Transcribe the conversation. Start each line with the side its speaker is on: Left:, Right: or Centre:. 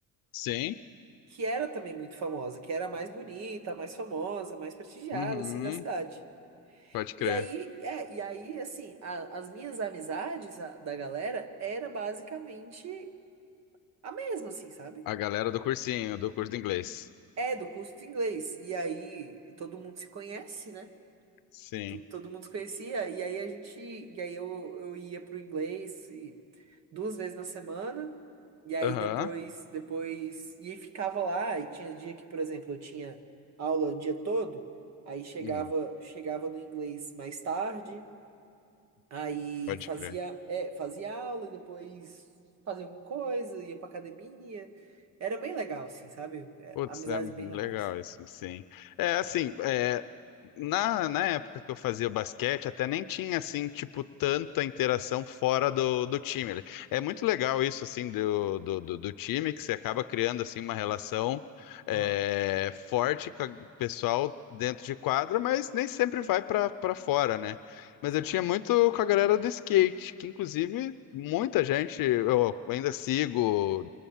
Left: Sim.
Right: que era também muito famosa, que era a mais bonita, a mais famosa, a mais prestigiada,
Left: Uhum,
Right: assim, da cidade.
Left: pode crer.
Right: E aí, é, e aí, assim, a- as minhas amizades a- da galera era basicamente a mesma, assim, sabe?
Left: A galera do cursinho, do curso de inglês.
Right: É do curso de inglês. E aí, todo mundo se conhece, né?
Left: Sim.
Right: to- todo mundo se conhecia, e aí a gente, e aí eu, eu ia pro inglês e, duas vezes na semana, e aí
Left: Aham.
Right: depois, depois, e aí ficava lá, e tinha dia que, por exemplo, eu tinha aula o dia todo, aí chegava,
Left: Uhum,
Right: chegava no inglês mais tarde, aí
Left: pode
Right: fazia,
Left: crer.
Right: é, fazia aula, e depois fazia alguma coisa, ia pra academia, era bem legal, assim, sabe? É,
Left: Putz,
Right: Amizades
Left: é legal
Right: bem legais.
Left: isso, sim. É assim, é, Na, na época que eu fazia basquete, até nem tinha, assim, tipo, tanta interação fora do, do time. ali. É muito legal isso, assim, do, do, do, do time, que você acaba criando, assim, uma relação é,
Right: Aham,
Left: forte com o pessoal dentro de quadra, mas nem sempre vai para para fora, né? Mas
Right: sim.
Left: eu tinha muito com a galera do skate, que, inclusive, muita gente, eu ainda sigo